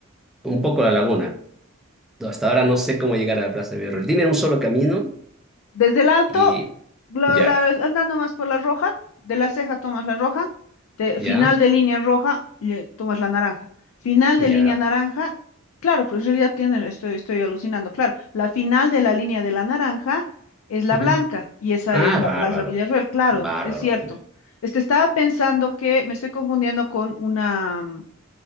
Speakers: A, in the centre; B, on the left.
A: un poco la laguna. No, Hasta ahora no sé cómo llegar a la Plaza de Villarreal. Dime un solo camino
B: Desde el alto,
A: y
B: la-
A: ya,
B: la- andando más por la roja, de la ceja tomas la roja, de,
A: ya,
B: final de línea roja, le tomas la naranja. Final de
A: ya.
B: línea naranja, claro, pues en realidad tiene, estoy, estoy alucinando, claro, la final de la línea de la naranja es la
A: Ujú.
B: blanca y esa
A: Ah,
B: es la
A: bárbaro,
B: Plaza Villarroel, claro,
A: bárbaro.
B: es cierto. Este, estaba pensando que me estoy confundiendo con una,